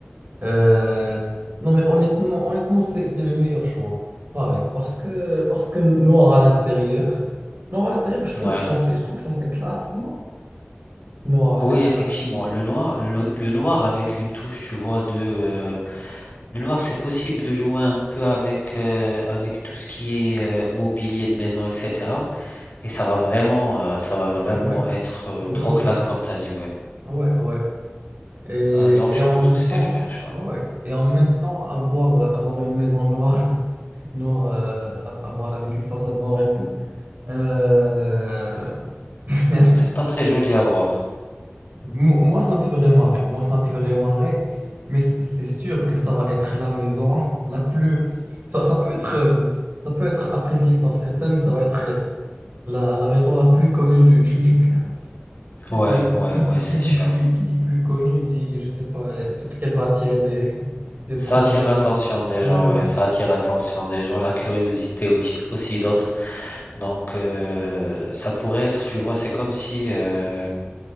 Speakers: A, on the right; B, on the left.
A: Euh, non, mais honnêtement, honnêtement, c'est, c'est le meilleur choix. Pareil, parce que, parce que noir à l'intérieur, noir à l'intérieur, je trouve
B: Ouais.
A: que ça fait, je trouve que ça fait classe, non? Noir
B: Oui,
A: comme
B: effectivement.
A: ça.
B: Le noir, le, le noir avec une touche, tu vois, de... euh, Le noir, c'est possible de jouer un peu avec, euh, avec tout ce qui est euh, mobilier de maison, etc. Et ça va vraiment, euh, ça va vraiment
A: Ouais,
B: être euh,
A: ouais,
B: trop
A: ouais,
B: classe, comme tu as dit, ouais.
A: ouais, ouais. Et,
B: Euh, donc,
A: et
B: je
A: en
B: pense
A: même
B: que c'est
A: temps,
B: le meilleur choix.
A: ouais. Et en même temps, avoir, avoir une maison noire, <laughs> noire, euh, avoir, avec une façade noire et tout. euh, <laughs>
B: C'est pas très joli à voir.
A: Mo- Moi, ça me fait vraiment marrer. Moi, ça me fait vraiment marrer. Mais c- c'est sûr que ça va être la maison <laughs> la plus. Ça, ça peut être, euh, ça peut être apprécié par certains, mais ça va être euh, la, la maison la plus connue du, <laughs> du, du quartier.
B: Ouais,
A: Mais
B: ouais,
A: qui dit,
B: ouais, c'est
A: qui
B: sûr.
A: dit plus, qui dit plus connue dit, je sais pas, euh, peut-être qu'elle va attirer des, des
B: Ça
A: problèmes
B: attire l'attention
A: aussi.
B: des
A: Ouais,
B: gens,
A: ouais.
B: ouais, ça attire l'attention des gens, la curiosité aussi, aussi d'autres. Donc euh, ça pourrait être, tu vois, c'est comme si euh,